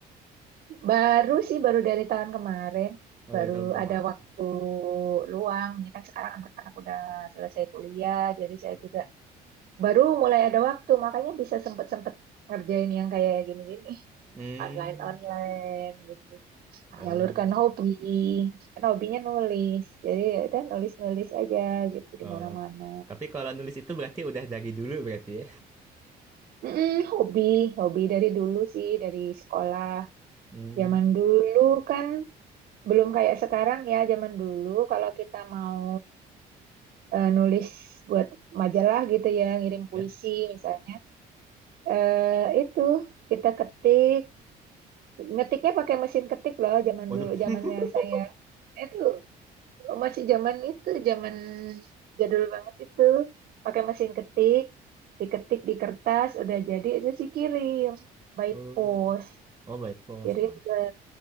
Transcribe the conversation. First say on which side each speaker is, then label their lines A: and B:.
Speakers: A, on the right; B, on the right.
A: Baru sih, baru dari tahun kemarin,
B: Oh,
A: baru
B: dari tahun kemarin.
A: ada waktu luang. Ini kan sekarang anak-anak udah selesai kuliah, jadi saya juga baru mulai ada waktu, makanya bisa sempet-sempet ngerjain yang kayak gini-gini,
B: Hmm.
A: online-online gitu.
B: Oh.
A: Menyalurkan hobi, kan hobinya nulis, jadi ya udah nulis-nulis aja gitu di
B: Oh,
A: mana-mana.
B: tapi kalau nulis itu berarti udah dari dulu berarti ya?
A: Mm-mm, hobi, hobi dari dulu sih, dari sekolah.
B: Hmm,
A: Zaman dulu kan Belum kayak sekarang ya, zaman dulu kalau kita mau eh, nulis buat majalah gitu ya, ngirim puisi
B: ya.
A: misalnya. Eh, itu kita ketik, ngetiknya pakai mesin ketik loh zaman
B: Waduh.
A: dulu, zamannya
B: <laughs>
A: saya. Itu masih zaman itu, zaman jadul banget itu. Pakai mesin ketik, diketik di kertas, udah jadi itu sih kirim by
B: Oh,
A: post,
B: oh by post
A: kirim
B: one.
A: ke